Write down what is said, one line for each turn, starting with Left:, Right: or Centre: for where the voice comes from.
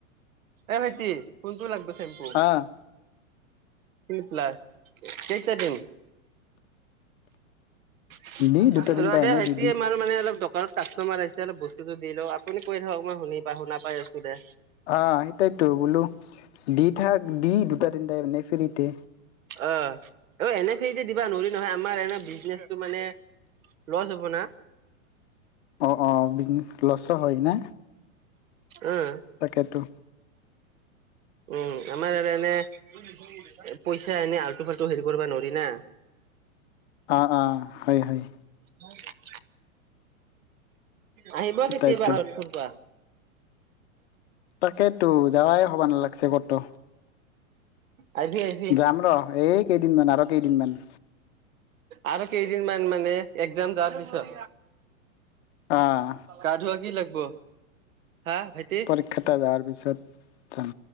Right: এ ভাইটি কোনটো লাগব চেম্পু?
Left: আহ
Right: প্লাচ কেইটা দিম? <unintelligible>
Left: দি দুটা তিনিটা এনেই
Right: আমাৰ
Left: দি দি
Right: মানে অলপ দকাৰত কাষ্টমাৰ আহিছে অল বসুটো দি লওঁ। আপুনি কৈ থাকক মই শুনি পা শুনা পাই দে
Left: আহ সেইটাইতো বোলো দি থাক দি দুটা তিনটা এনে ফ্ৰিতে।
Right: অ অ এনে ফিৰিতে দিবা নৰি নহয় আমাৰ এনে বিজনেচটো মানে লজ হ'ব না।
Left: অ অ লজ ত হয় না।
Right: উম।
Left: তাকেতো
Right: উম আমাৰ এনে পইচা এনেই আল্টু-ফাল্টু হেৰি কৰিবা নোৱাৰি না।
Left: অ অ হয় হয়।
Right: <unintelligible> আহিব কেতিয়
Left: তাইতো
Right: <unintelligible> ফুৰবা
Left: তাকেইতো যাৱাই হব নালাগিছে কতো।
Right: আহিবি আহিবি
Left: যাম ৰ এই কেইদিনমান আৰু কেইদিনমান।
Right: আৰু কেইদিন মান মানে একজাম যোৱাৰ পিছত।
Left: আহ
Right: গা ধোৱা কি লাগব? হা ভাইটি
Left: পৰীক্ষাটা যোৱাৰ পিছত। যাম